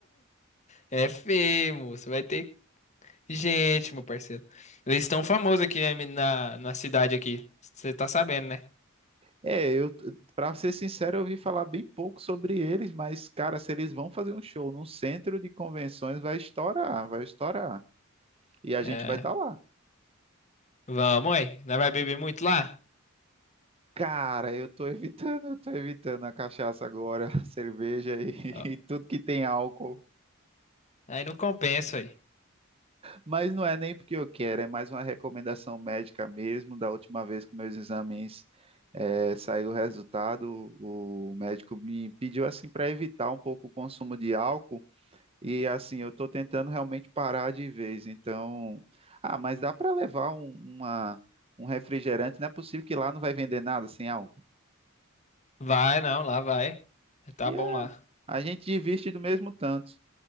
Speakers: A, on the left (about 35°); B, on the right (about 30°).
A: é feio, moço. Vai ter gente, meu parceiro. Eles estão famosos aqui em- na, na cidade aqui. Você tá sabendo, né?
B: É, eu, para ser sincero, eu ouvi falar bem pouco sobre eles, mas, cara, se eles vão fazer um show num centro de convenções, vai estourar, vai estourar. E a
A: É.
B: gente vai estar lá.
A: Vamos, aí. Não vai beber muito lá?
B: Cara, eu tô evitando, eu tô evitando a cachaça agora, <laughs> a cerveja e,
A: Ó,
B: <laughs> e tudo que tem álcool.
A: Aí não compensa, aí.
B: Mas não é nem porque eu quero, é mais uma recomendação médica mesmo. Da última vez que meus exames eh, saiu o resultado, o médico me pediu assim para evitar um pouco o consumo de álcool e assim eu estou tentando realmente parar de vez. Então, ah, mas dá para levar um, uma- um refrigerante? Não é possível que lá não vai vender nada sem álcool.
A: Vai, não, lá vai. Tá
B: E
A: bom
B: é,
A: lá.
B: a gente divide do mesmo tanto.